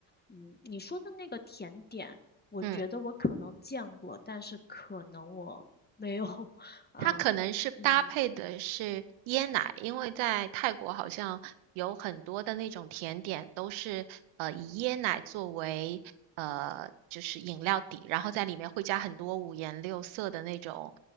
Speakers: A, on the left (about 20°); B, on the right (about 70°).
A: 嗯，你说的那个甜点，我觉得我可能见过，
B: 嗯。
A: 但是可能我没有，<laughs> 嗯。
B: 它可能是搭配的是椰奶，
A: 嗯，
B: 因为在泰国好像有很多的那种甜点都是呃以椰奶作为呃就是饮料底，然后在里面会加很多五颜六色的那种